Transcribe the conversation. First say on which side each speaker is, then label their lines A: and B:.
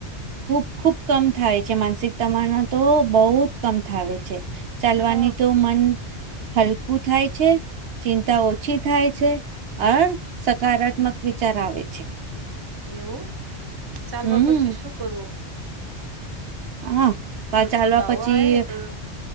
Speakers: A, on the right; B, on the right.
A: ખૂબ ખુબ કમ થાય છે માનસિક તમાના તો બહુ જ કમ થાવ છે ચાલવાની
B: હા
A: તો મન હલકું થાય છે ચિંતા ઓછી થાય છે અ સકારાત્મક વિચાર આવે છે
B: એવું ચાલવા
A: હમ
B: પછી શું કરવું
A: હા
B: એવું
A: ચાલવા
B: થકાવો
A: પછી
B: આવે તો